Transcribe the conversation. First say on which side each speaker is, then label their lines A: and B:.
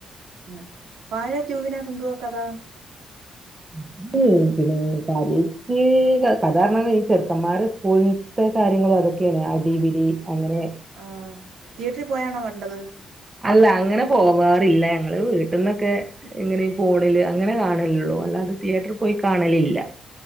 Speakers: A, on the right; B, on the right.
A: ഉം വാഴ ട്യൂവിനാത്ത് എന്തുവാ കഥാ
B: <unintelligible> കാര്യക്ക് ക കധാരണ ഈ ചെറുക്കന്മാരെ പോ ത്തെ കാര്യങ്ങളും അതൊക്കെയാണ് അടീ പിടീ അങ്ങനേ
A: ആഹ് തിയേറ്ററി പോയാണോ കണ്ടത്
B: അല്ല അങ്ങനെ പോവാറില്ല ഞങ്ങള് വീട്ട്ന്നൊക്കേ എങ്ങനേ ഈ ഫോണില് അങ്ങനെ കാണലുള്ളൂ അല്ലാതെ തിയേറ്ററി പോയി കാണലില്ല